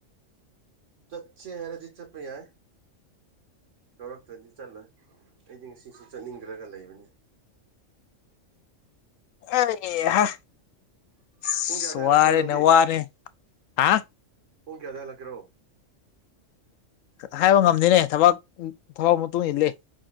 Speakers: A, on the right (about 70°); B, on the left (about 90°).
A: ꯆꯠꯁꯦ ꯍꯥꯏꯔꯗꯤ ꯆꯠꯄ ꯌꯥꯏ ꯌꯥꯎꯔꯛꯇ꯭ꯔꯗꯤ ꯆꯠꯂꯣꯏ ꯑꯩꯗꯤ ꯉꯁꯤꯁꯦ ꯆꯠꯅꯤꯡꯗ꯭ꯔꯒ ꯂꯩꯕꯅꯤ
B: ꯑꯩꯍꯥ ꯑꯁ
A: ꯄꯨꯡ ꯀꯌꯥꯗ ꯍꯜꯂꯛꯀꯦꯔꯣ
B: ꯋꯥꯔꯦꯅꯦ
A: ꯅꯪꯗꯤ
B: ꯋꯥꯔꯦ ꯍꯥ
A: ꯄꯨꯡ ꯀꯌꯥꯗ ꯍꯜꯂꯛꯀꯦꯔꯣ
B: ꯍꯥꯏꯕ ꯉꯝꯗꯦꯅꯦ ꯊꯕꯛ ꯊꯕꯛ ꯃꯇꯨꯡ ꯏꯜꯂꯤ